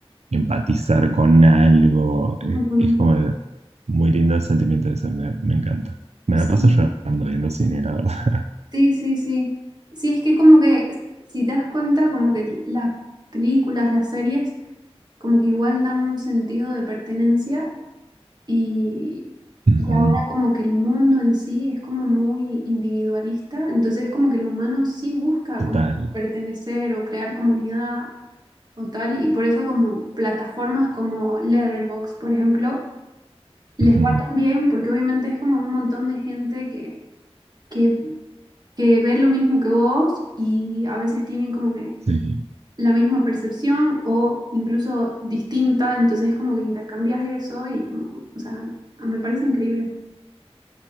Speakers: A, on the right; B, on the right.
A: empatizar con algo. eh,
B: Ujú.
A: Es como de- muy lindo el sentimiento de eso, me, me encanta. Me
B: Sí,
A: la paso llorando viendo cine, la verdad.
B: sí, sí, sí. Sí, es que como que, si te das cuenta, como que las películas, las series, como que igual dan un sentido de pertenencia y,
A: <laughs> Ujú,
B: y ahora como que el mundo en sí es como muy individualista, entonces como que el humano sí busca
A: Total.
B: como pertenecer o crear comunidad o tal, y por eso como plataformas como Letterboxd, por ejemplo, les
A: Ujú,
B: va tan bien porque obviamente es como un montón de gente que... que que ven lo mismo que vos y a veces tienen como que
A: Sí.
B: la misma percepción o incluso distinta, entonces como que intercambias eso y como, o sea, me parece increíble.